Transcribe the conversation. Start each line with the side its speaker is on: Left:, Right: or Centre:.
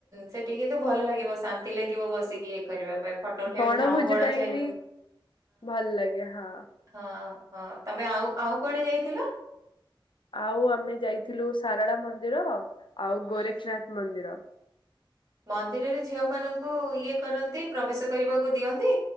Right: ସେଠି କିନ୍ତୁ ଭଲ ଲାଗିବ ସାନ୍ ନ୍ତି ଲାଗିବ ବସିକି ଇଏ କରିବା ପାଇଁ ଫଟୋ ଉଠେଇବା
Left: ବଣଭୋଜି
Right: ଝାଉଁ ବଣ
Left: ପାଇଁ
Right: ଚାରିବୁ।
Left: ବି ଭଲ ଲାଗେ ହଁ।
Right: ହଁ ହଁ ତମେ ଆଉ ଆଉ କୁଆଡେ ଯାଇଥିଲ?
Left: ଆଉ ଆମେ ଯାଇଥିଲୁ ସାରଳା ମନ୍ଦିର ଆଉ
Right: ହୁଁ
Left: ଗୋରେଖୀନାଥ ମନ୍ଦିର।
Right: ମନ୍ଦିରରେ ଝିଅ ମାନଙ୍କୁ ଇଏ କରନ୍ତି ପ୍ରବେଶ କରିବାକୁ ଦିଅନ୍ତି।